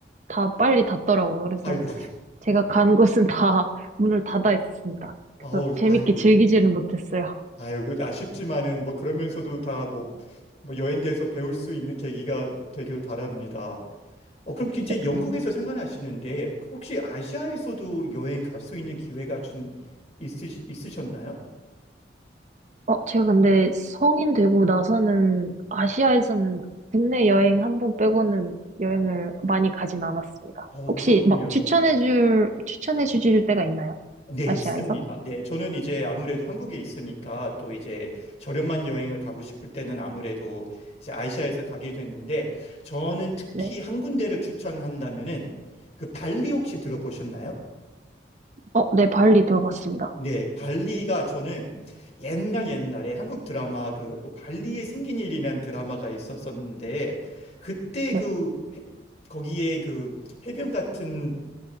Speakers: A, on the right; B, on the left.
A: 다 빨리 닫더라고요. 그래서
B: 아이고,
A: 제가 간 곳은 다 <laughs> 문을 닫아 있었습니다. 그래서
B: 아우,
A: 재밌게
B: 아이고,
A: 즐기지는 못했어요.
B: 아이고, 그 아쉽지만은 뭐 그러면서도 다 뭐, 뭐 여행지에서 배울 수 있는 계기가 되길 바랍니다. 어, 그럼 이제
A: 네.
B: 영국에서 생활하시는데 혹시 아시아에서도 여행 갈 수 있는 기회가 좀 있으, 있으셨나요?
A: 어, 제가 근데 성인 되고 나서는 아시아에서는 국내 여행 한 번 빼고는 여행을 많이 가진 않았습니다.
B: 어,
A: 혹시
B: 그렇군요.
A: 막 추천해줄, 추천해주실 때가 있나요?
B: 네,
A: 아시아에서?
B: 있습니다. 네, 저는 이제 아무래도 한국에 있으니까 또 이제 저렴한 여행을 가고 싶을 때는 아무래도 이제 아시아에서 가게 됐는데 저는 특히
A: 네.
B: 한 군데를 추천한다면은 그 발리 혹시 들어보셨나요?
A: 어, 네, 발리 들어봤습니다.
B: 네, 발리가 저는 옛날 옛날에 한국 드라마 그뭐 발리에 생긴 일이라는 드라마가 있었었는데 그때
A: 네.
B: 그 해- 거기에 그 해변 같은